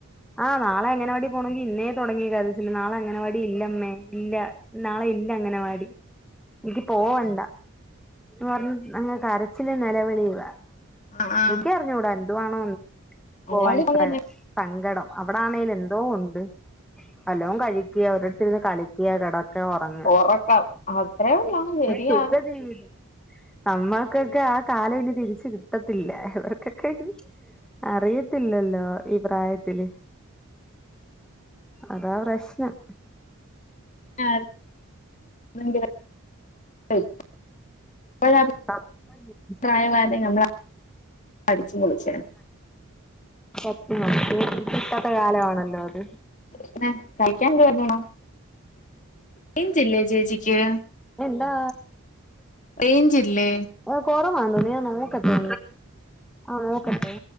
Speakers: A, in the centre; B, on the left (about 35°).
A: ആഹ് നാളെ അഗനവാടി പോണെങ്കിൽ ഇന്നേ തുടങ്ങി കരച്ചിൽ നാളെ അങ്ങനവാടി ഇല്ലമ്മേ ഇല്ല നാളെ ഇല്ല അങ്ങനെ വാടി എനിക്ക് പോവണ്ട പറഞ്ഞ അങ്ങ കരച്ചില് നിലവിളിയവാ
B: ആ ആ
A: ഇക്ക അറിഞ്ഞൂടാ എന്തുവാേണോ? പോവാൻ
B: അങ്ങാടി
A: ഇത്ര
B: പോന്ന
A: സങ്കടം അവിടെ ആണെങ്കൽ എന്തോ ഉണ്ട് വല്ലവും കഴിക്കുക ഒരടുത്തിരുന്ന് കളിക്കുക കട- ഒക്കെ ഉറങ്ങ
B: ഉറക്കം അത്രേ ഉള്ളൂ ശരിയാ
A: സുഖ ജീവിതം നമ്മൾക്കൊക്കെ ആ കാലം തിരിച്ച് കിട്ടത്തില്ല ഇവർക്കൊക്കെ അറിയത്തില്ലല്ലോ ഈ പ്രായത്തില് അതാ പ്രശ്നം
B: <unintelligible>
A: <unintelligible>
B: <unintelligible> നമ്മൾ അടിച്ചു പൊളിചെ നി
A: സത്യവാ തിരിച്ചു കിട്ടാത്ത കാലാണല്ലോ അത്
B: <unintelligible> ചേച്ചിക്ക്
A: എന്താ
B: റേഞ്ച്ല്ലേ
A: ഏഹ് കൊറവാ നീ ഞാൻ നോക്കട്ടെ ആഹ് നോക്കട്ടെ